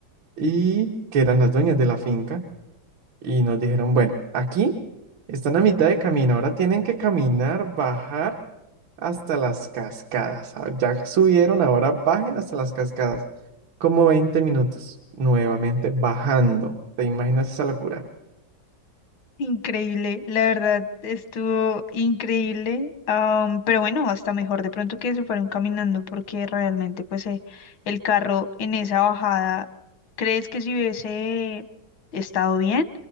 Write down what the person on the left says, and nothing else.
Increíble, la verdad estuvo increíble, am, pero bueno, hasta mejor de pronto que se fueron caminando porque realmente pues eh, el carro en esa bajada, ¿crees que si hubiese estado bien?